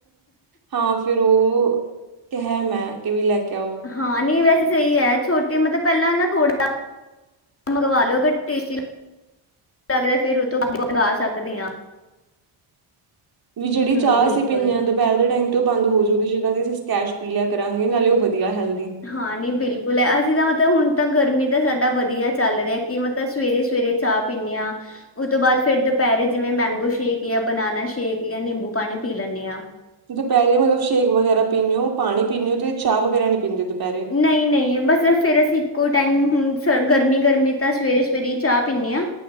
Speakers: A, on the right; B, on the left.
A: ਹਾਂ ਫੇਰ ਓਹ ਕਿਹਾ ਮੈਂ ਕਿ ਵੀ ਲੈ ਕੇ ਆਓ।
B: ਹਾਂ ਨਹੀਂ ਵੈਸੇ ਸਹੀ ਹੈ ਛੋਟੇ ਮਤਲਬ ਪਹਿਲਾਂ ਨਾ ਥੋੜਾ ਮਗ ਵਾਹੋ ਅਗਰ ਟੇਸਟੀ ਲ ਲੱਗਦਾ ਫੇਰ ਉਹ ਤੋਂ ਬਾਦ ਲਗਾ ਸਕਦੇ ਆਂ।
A: ਵੀ ਜਿਹੜੀ
B: ਹੂੰ
A: ਚਾਹ
B: ਬਿਲਕੁਲ
A: ਅਸੀਂ ਪੀਂਣੇ ਆ ਪਹਿਲ ਦੇ ਟਾਈਮ ਬੰਦ ਹੋਜੂਗੀ ਜਗ੍ਹਾ ਤੇ ਅਸੀਂ ਸਕੈਸ਼ ਪੀ ਲਿਆ ਕਰਾਂਗੇ ਨਾਲੇ ਓਹ ਵਧੀਆ ਹੈਲਥ
B: ਹਾਂ ਨਹੀਂ ਬਿਲਕੁਲ। ਲ ਅਸੀਂ ਤਾਂ ਮਤਲਬ ਹੁਣ ਤਾਂ ਗਰਮੀ ਤਾਂ ਸਾਡਾ ਵਧੀਆ ਚੱਲ ਰਿਹਾ ਕਿ ਮਤਲਬ ਸਵੇਰੇ-ਸਵੇਰੇ ਚਾਹ ਪੀਂਨੇ ਆਂ। ਉਹ ਤੋਂ ਬਾਦ ਫੇਰ ਦੋਪੈਰੇ ਜਿਵੇਂ ਮੈਂਗੋ ਸ਼ੇਕ ਯਾਂ, ਬਨਾਨਾ ਸ਼ੇਕ, ਯਾਂ ਨਿੰਬੂ ਪਾਣੀ ਪੀ ਲੈਂਣੀ ਆ।
A: ਦੋਪੈਰੇ ਮਤਲਬ ਸ਼ੇਕ ਵਗੈਰਾ ਪੀਂਣੇ ਓ ਪਾਣੀ ਪੀਂਣੇ ਓ ਤੇ ਚਾਹ ਵਗੈਰਾ ਨੀ ਪੀਂਦੇ ਦੋਪੈਰੇ।
B: ਨਹੀਂ-ਨਹੀਂ ਬਸ ਫੇਰ ਅਸੀਂ ਇੱਕੋ ਟਾਈਮ ਹੁਣ ਗਰਮੀ-ਗਰਮੀ ਤਾਂ ਸਵੇਰੇ-ਸਵੇਰੇ ਹੀ ਚਾਹ ਪੀਂਣੇ ਆ।